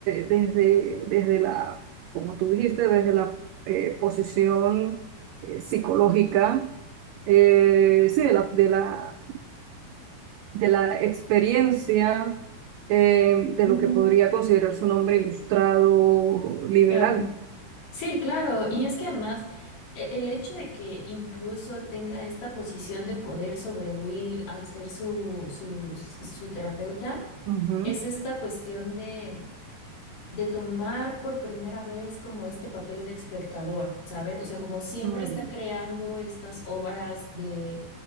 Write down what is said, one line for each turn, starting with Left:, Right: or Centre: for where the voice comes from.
Right: desde, desde la, como tú dijiste, desde la eh, posición eh, psicológica eh, sí, de la, de la, de la experiencia eh, de
Left: ujú,
Right: lo que podría considerarse un hombre ilustrado liberal.
Left: claro. Sí, claro, y es que además e- el hecho de que incluso tenga esta posición de poder sobre Will al ser su, su, su terapeuta,
Right: Ujú,
Left: es esta cuestión de, de tomar por primera vez como este papel de espectador, ¿sabes? O sea, como siempre
Right: ujú,
Left: está creando estas obras de